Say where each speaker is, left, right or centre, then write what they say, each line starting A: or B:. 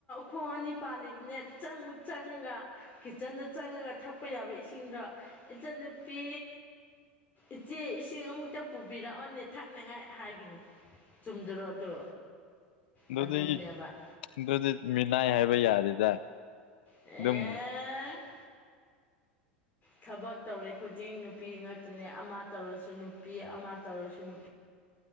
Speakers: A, on the left; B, on the left.
A: ꯈꯣꯡ ꯑꯅꯤ ꯄꯥꯜꯂꯤꯕꯅꯦ ꯆꯪꯃꯨ ꯆꯪꯉꯒ ꯀꯤꯠꯆꯟꯗ ꯆꯪꯉꯒ ꯊꯛꯄ ꯌꯥꯕ ꯏꯁꯤꯡꯗꯣ ꯏꯟꯆꯟ ꯄꯤ ꯏꯆꯦ ꯏꯁꯤꯡ ꯑꯃꯨꯛꯇ ꯄꯨꯕꯤꯔꯛꯑꯣꯅꯦ ꯊꯥꯛꯅꯉꯥꯏ ꯍꯥꯏꯒꯅꯤ ꯆꯨꯝꯗꯔꯛ ꯑꯗꯨ
B: ꯑꯗꯨ
A: ꯑꯗꯨꯅꯦꯕ
B: ꯑꯗꯨꯗꯤ ꯑꯗꯨꯗꯤ ꯃꯤꯅꯥꯏ ꯍꯥꯏꯕ ꯌꯥꯗꯦꯗ
A: ꯑꯦ
B: ꯑꯗꯨꯝ
A: <inaudible> ꯊꯕꯛ ꯇꯧꯔꯤ ꯈꯨꯗꯤꯡ ꯅꯨꯄꯤ ꯉꯥꯛꯇꯅꯦꯩ ꯑꯃ ꯇꯧꯔꯁꯨ ꯅꯨꯄꯤ ꯑꯃ ꯇꯧꯔꯁꯨ ꯅꯨꯄꯤ